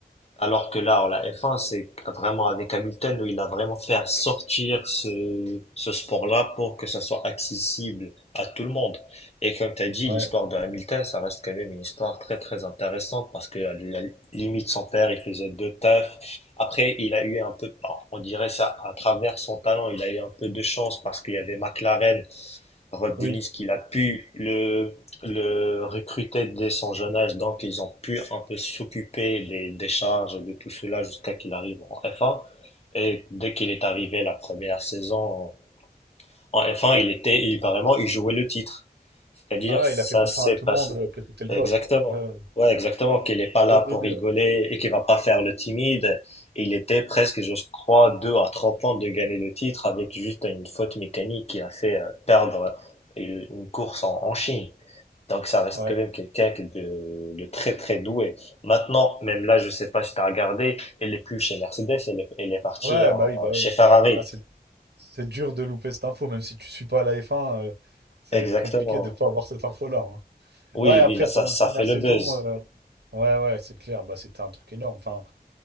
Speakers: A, on the left (about 40°); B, on the right (about 80°).
A: Alors que là, la F1, c'est vraiment avec Hamilton où il a vraiment fait sortir ce, ce sport-là pour que ça soit accessible à tout le monde. Et comme tu as dit,
B: Ouais,
A: l'histoire de Hamilton, ça reste quand même une histoire très très intéressante parce que à la limite, son père, il faisait deux tafs. Après, il a eu un peu, bon, on dirait ça, à travers son talent, il a eu un peu de chance parce qu'il y avait McLaren Rod
B: oui.
A: Dennis qu'il a pu le, le recruter dès son jeune âge, donc ils ont pu un peu s'occuper des, des charges et de tout cela jusqu'à qu'il arrive en F1. Et dès qu'il est arrivé la première saison, en F1, il était, il vraiment, il jouait le titre. C'est-à-dire,
B: Ah ouais,
A: ça
B: il a fait comprendre
A: s'est
B: à tout
A: passé.
B: le monde euh, que t'étais le
A: Exactement.
B: boss, quoi. Ouais, ouais.
A: Ouais, exactement. Qu'il n'est pas là
B: dès le début.
A: pour rigoler
B: Ouais,
A: et qu'il va pas faire le timide. Et il était presque, je crois, deux à trois points de gagner le titre avec juste une faute mécanique qui a fait euh, perdre une une course en, en Chine. Donc ça reste
B: ouais,
A: quand même quelqu'un qui est de, de très très doué. Maintenant, même là, je sais pas si tu as regardé, elle est plus chez Mercedes, elle est, elle est partie
B: Ouais,
A: en-
B: bah oui, bah
A: chez
B: oui.
A: Ferrari.
B: Ah, c'est, c'est dur de louper cette info, même si tu suis pas à la F1, euh, c'est
A: Exactement.
B: compliqué de pas avoir cette info-là. hein.
A: Oui,
B: Ouais, après,
A: oui, là, ça,
B: pour
A: ça
B: une première
A: fait le
B: saison,
A: buzz.
B: euh, ouais, ouais, c'est clair, bah c'était un truc énorme. Enfin,